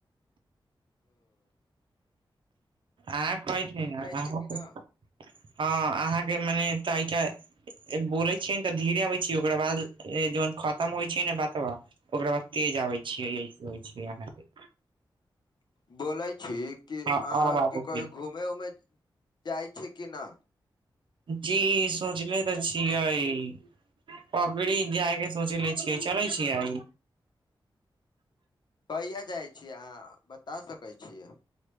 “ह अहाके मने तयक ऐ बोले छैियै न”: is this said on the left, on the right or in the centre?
Right